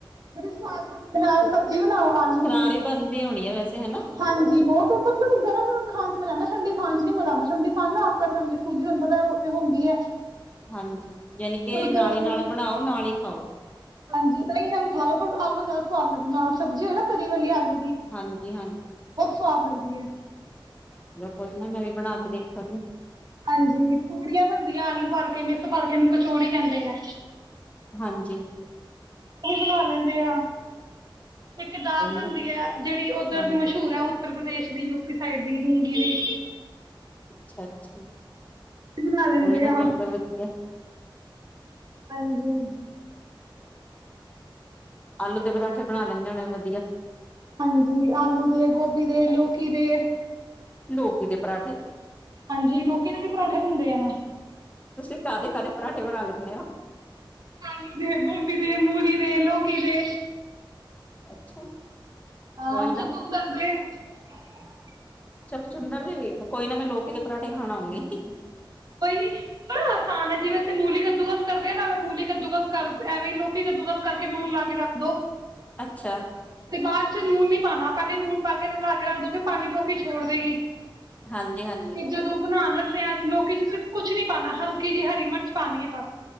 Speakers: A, on the right; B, on the left.
A: ਤੇ ਨਾਲ ਸਬਜ਼ੀ ਬਣਾਓ ਆਲੂ
B: ਕਰਾਰੀ
A: ਦੀ।
B: ਬਣਦੀ ਹੋਣੀ ਹੈ ਵੈਸੇ ਹਨਾ
A: ਹਾਂਜੀ, ਬਹੁਤ ਮਤਲਬ ਗਰਮ-ਗਰਮ ਖਾਣ ਚ ਮਜਾ ਆਂਦਾ ਠੰਡੀ ਖਾਣ ਚ ਨੀ ਮਜ਼ਾ ਆਂਦਾ ਠੰਡੀ ਖਾਣ ਨਾਲ ਆਕੜ ਜਾਂਦੀ ਏ ਸੂਜੀ ਅੰਦਰੋਂ <unintelligible> ਹੁੰਦੀ ਐ।
B: ਹਾਂਜੀ। ਯਾਨੀ ਕਿ
A: ਪਰ
B: ਨਾਲ
A: ਗਰਮ-ਗਰਮ,
B: ਹੀ ਨਾਲ ਬਣਾਓ ਨਾਲ ਹੀ ਖਾਓ
A: ਹਾਂਜੀ ਦਈਂ ਨਾਲ ਖਾ ਲੋ ਭਾਵੇਂ ਆਲੂ ਨਾਲ ਜਾਦਾ ਸਵ ਤੁਆ ਡ ਨਾਲ ਸਬਜ਼ੀ ਏ ਨਾ ਤਰੀ ਵਾਲੀ ਆਲੂ
B: ਹਾਂਜੀ-ਹਾਂਜ
A: ਤੂਆਦ ਲੱਗਦੀ ਏ।
B: ਕੋਈ ਨਾ ਮੈਂ ਵੀ ਬਣਾ ਕੇ ਦੇਖਾਂਗੇ।
A: ਹਾਂਜੀ ਪੂੜੀਆਂ ਬਣਦੀਆਂ ਆਲੂ ਭਰ ਕੇ ਮਿਸ ਭਰ ਇਨੂੰ ਕਚੋੜੀਕਹਿੰਦੇ ਐ।
B: ਹਾਂਜੀ।
A: ਇਹ ਹਰ ਲੈਂਦੇ ਆਂ। ਇੱਕ ਦਾਲ
B: ਕੋਈ
A: ਬਣਦੀ
B: ਨਾ
A: ਐ ਜੜੀ ਔਦਰ
B: ਹਾਂਜੀ
A: ਦੀ ਮਸ਼ਹੂਰ ਐ। ਉੱਤਰ ਪ੍ਰਦੇਸ਼ ਦੀ, ਯੂ ਪੀ ਸਾਈਡ ਦੀ ਮੂੰਗੀ ਦੀ
B: ਅੱਛਾ-ਛਾ।
A: ਬਣਾ ਲੈਂਦੇ
B: ਕੋਈ ਨਾ
A: ਆ
B: ਫਿਰ ਤਾਂ ਵਧੀਆ
A: ਹਾਂਜੀ।
B: ਆਲੂ ਤੇ ਪਰਾਂਠੇ ਬਣਾ ਲੈਂਦੇ ਹੋਣੇ ਵਧੀਆ
A: ਹਾਂਜੀ ਆਲੂ ਦੇ ਗੋਭੀ ਦੇ ਲੋਕੀ ਦੇ
B: ਲੋਕੀ ਦੇ ਪਰਾਂਠੇ
A: ਹਾਂਜੀ ਲੋਕੀ ਦੇ ਵੀ ਪਰਾਂਠੇ ਹੁੰਦੇ ਆ ਨਾ
B: ਤੁਸੀਂ ਕਾਹਦੇ ਕਾਹਦੇ ਪਰਾਂਠੇ ਬਣਾ ਲੈਨੇ ਹੋ
A: ਆਲੂ ਦੇ ਗੋਭੀ ਦੇ ਮੂਲੀ ਦੇ ਲੋਕੀ ਦੇ
B: ਅੱਛਾ
A: ਹਾਂ
B: ਕੋਈ ਨਾ
A: ਤੇ ਘਮ ਕਰਦੇ <unintelligible>
B: ਸਲਪ ਸੁੁੰਦਰ ਦੇੀ <unintelligible> ਕੋਈ ਨਾ ਮੈਂ ਲੋਕੀ ਦੇ ਪਰਾਂਠੇ ਖਾਣ ਆਊਂਗੀ ਇੱਕ
A: ਕੋਈ ਨੀ ਪਰ ਆਸਾਨ ਹੈ ਜਿਵੇਂ ਅਸੀਂ ਮੂਲੀ ਕੱਦੂਕਦ ਕਰਦੇ ਹਾਂ ਭਾਵੇਂ ਮੂਲੀ ਕੱਦੂਬਸ ਕਰ ਐਵੇਂ ਲੋਕ ਲੋਕੀ ਕੱਦੂਕੱਸ ਕਰਕੇ ਨੂਨ ਲਾ ਕੇ ਰੱਖ ਦੋ
B: ਅੱਛਾ
A: ਤੇ ਬਾਅਦ ਚ ਨੂਨ ਨੀ ਪਾਉਣਾ ਪਹਿਲੇ ਨੂਨ ਪਾ ਕੇ ਲਲਾ ਕੇ ਰੱਖ ਦੋਗੇ ਪਾਣੀ ਲੋਕੀ ਛੋੜ ਦੇਗੀ
B: ਹਾਂਜੀ ਹਾਂਜੀ
A: ਚੀਜ਼ਾਂ ਦੋ ਬਣਾ ਲੈ <unintelligible> ਲੋਕੀ ਚ ਸਿਰਫ ਕੁਛ ਨੀ ਪਾਉਣਾ ਹਲਕੀ ਜਿਹੀ ਹਰੀ ਮਿਰਚ ਪਾਣੀ ਹੈ ਬਸ